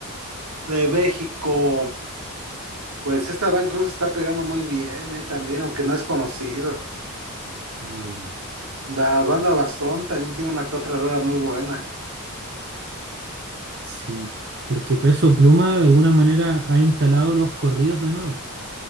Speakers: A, on the right; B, on the right.
A: De México. Pues esta Dan Cruz está pegando muy bien, eh, también, aunque no es conocido.
B: Ya.
A: La banda Bastón también tiene una que otra rola muy buena.
B: Sí, porque Peso Pluma de alguna manera ha instalado los corridos de nuevo.